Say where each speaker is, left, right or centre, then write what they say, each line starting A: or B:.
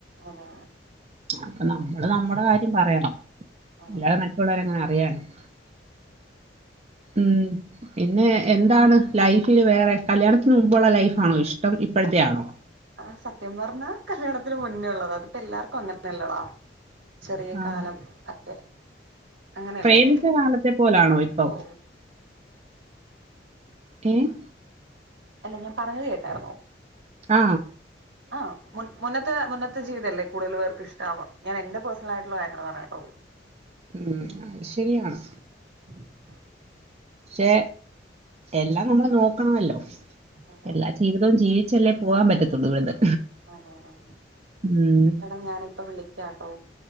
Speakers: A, on the right (about 75°); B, on the right (about 35°).
A: ആഹ്
B: അപ്പൊ നമ്മള് നമ്മുടെ കാര്യം പറയണം
A: അതെ
B: അല്ലാതെ മറ്റുള്ളവരെങ്ങനെ അറിയാനാണ് ഉം പിന്നെ എന്താണ് ലൈഫില് വേറെ കല്യാണത്തിന് മുമ്പുള്ള ലൈഫാണോ ഇഷ്ടം ഇപ്പോഴത്തെയാണോ
A: ആ സത്യം പറഞ്ഞാ കല്യാണത്തിന് മുന്നേയുള്ളത് അതിപ്പോ എല്ലാർക്കും അങ്ങനെന്നെയല്ലടാ ചെറിയ
B: ആഹ്.
A: കാലം ഒക്കെ അങ്ങനെയല്ലേ
B: പ്രേമിച്ച കാലത്തെ പോലാണോ ഇപ്പൊ
A: ഓ
B: ഏഹ്
A: അല്ല ഞാൻ പറഞ്ഞത് കേട്ടായിരുന്നോ
B: ആ
A: ആഹ് മുൻ മുന്നത്തെ ത്തെ മുന്നത്തെ ജീവിതല്ലേ കൂടുതൽ പേർക്ക് ഇഷ്ടവാ ഞാൻ എന്റെ പേ്സണൽ ആയിട്ടുള്ള കാര്യങ്ങള് പറഞ്ഞതാട്ടോ
B: ഉം അത് ശരിയാണ്
A: <inaudible>
B: പക്ഷെ എല്ലാം നമ്മൾ നോക്കണമല്ലോ
A: അതെ
B: എല്ലാ
A: അതെ
B: ജീവിതവും ജീവിച്ചല്ലേ പോവാാൻ പറ്റത്തുള്ളൂ ഇവിടുന്ന്
A: അതെ അതെ
B: ഉം.
A: എടാ ഞാനിപ്പോ വിളിക്കാട്ടോ